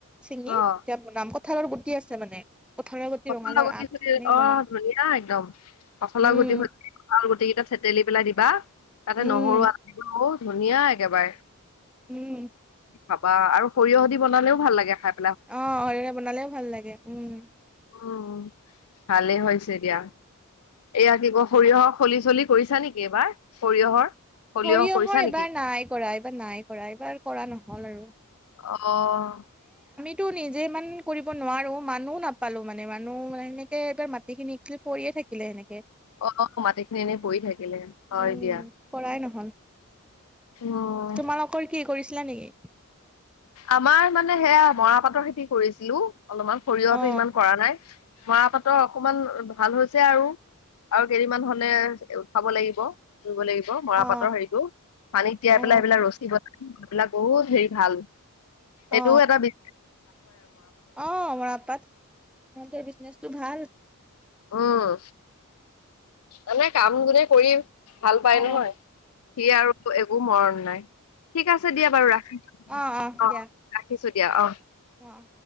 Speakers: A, in the centre; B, on the left (about 75°).
A: চিঙি,
B: অ',
A: তেতিয়া বনাম। কঠালৰ গুটি আছে মানে। কঁঠালৰ গুটি
B: কঠাল
A: ৰঙালাওৰ
B: গুটি
A: আগ
B: খুদি
A: এনেকে
B: অ'!
A: বনাম
B: ধুনীয়া একদম। কঠালৰ
A: উম
B: গুটি খুদি কঠাল গুটি কেইটা থেতেলি পেলাই দিবা। তাতে,
A: উম
B: নহৰু, <unintelligible> ধুনীয়া একেবাৰে।
A: উম!
B: খাবা আৰু সৰিয়হ দি বনালেও ভাল লাগে খায়।
A: অ'! সৰিয়হ বনালেও ভাল লাগে। উম!
B: উম! ভালেই হৈছে দিয়া। এয়া, কি ক' সৰিয়হৰ খলি চলি কৰিছা নেকি এইবাৰ, সৰিয়হৰ? সৰিয়হ
A: সৰিয়হৰ
B: কৰিছা
A: এইবাৰ
B: নেকি
A: নাই কৰা, এইবাৰ নাই কৰা। এইবাৰ কৰা নহ'ল আৰু।
B: অ'!
A: টো নিজে ইমান কৰিব নোৱাৰোঁ। মানুহ নাপালো মানে মানুহ মানে, সেনেকে এবাৰ মাটি খিনি পৰিয়ে থা থাকিলে সেনেকে।
B: অ'! মাটিখিনি এনেই পৰি থাকিলে। হয়
A: উম
B: দিয়া!
A: <inaudible>
B: উম
A: তোমালোকৰ কি কৰিছিলা নেকি?
B: আমাৰ মানে, সেয়া মৰাপাতৰ খেতি কৰিছিলোঁ অলপমান, সৰিয়হতো
A: অ
B: ইমান কৰা নাই। মৰা পাটৰ অকমান ভাল হৈছে আৰু। আৰু কেইদিনমান হ'লে খাব লাগিব। আনিবব লাগিব মৰা
A: অ
B: পাতৰ হেৰিটো, পানী তিয়াই
A: অ
B: পেলাই সেবিলাক ৰছী বন এইবিলাক বহুত হেৰি ভাল এইটোও
A: অ
B: এটা বি।
A: অ মৰাপাট সেহতৰ বিজনেচটো ভাল।
B: উম মানে কাম গুনে কৰিম। ভাল পাই
A: অ
B: নহয় সি আৰু একো মৰণ নাই। ঠিক আছে দিয়া বাৰু ৰাখিছোঁ
A: অ
B: অ
A: দিয়া
B: ৰাখিছো দিয়া অ।
A: অ